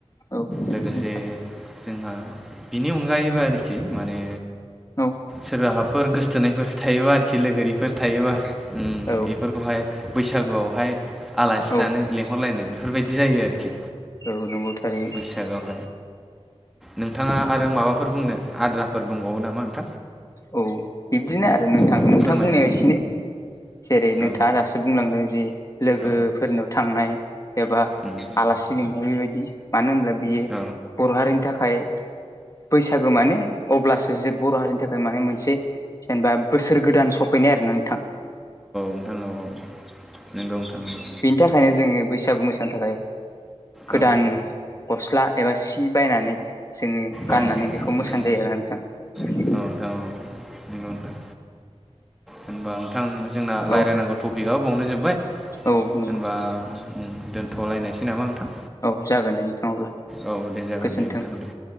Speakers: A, on the left (about 30°); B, in the centre.
A: औ
B: लोगोसे
A: नंगौ नोंथां
B: जोंहा बिनि अनगायैबो आरोखि माने
A: औ।
B: सोरबा हाफोर गोसथोनायफोर थायोबा आरोखि लोगोरिफोर थायोबा उम
A: औ
B: बेफोरखौहाय बैस बैसागुआवहाय आलासि
A: औ
B: जानो लेंहरलायनाय बि बिदि जायो आरोखि
A: औ नंगौ थारैनो
B: बैसागआव नोंथाङा आरो माबाफोर बुंनो आद्राफोर दंबावो नामा नोंथां।
A: औ बिब्दिनो आरो नोंथां
B: ओरैनो
A: नोंथां
B: फोरमायनो
A: बुंनाय एसेनो। जेरै नोंथाङा
B: औ
A: दासो बुंलांदों जि लोगोफोरनाव
B: औ
A: थांनाय एबा
B: उम
A: आलासि लिंनाय बेबायदि मानो होनब्ला बियो
B: औ
A: बर' हारिनि थाखाय बैसागो माने अब्लासो जोब बर' हारिनि थाखाय माने मोनसे जेनेबा बोसोर गोदान सफैनाय आरो नोंथां।
B: नोंथां औ नोंगौ नोंथां नोंगौ
A: बेनि थाखायनो जोङो बैसागु मोसानो थाखाय गोदान
B: औ औ।
A: गस्ला एबा सि बायनानै जोङो गाननानै
B: औ
A: बेखौ मोसानाय
B: नोंथां
A: जायो आरो ना नोंथां।
B: औ नोंथां औ नोंगौ नोंथां होनबा नोंथां जोंना लायरायनांगौ
A: औ
B: टपिकआ बावनो जोब्बाय
A: औ नंगौ
B: होनबा दोनथ'लायनायसै नामा नोंथां।
A: औ जागोन दे। नोंथां अब्ला
B: औ दे जागोन
A: गोजोन्थों
B: दे नोंथां दे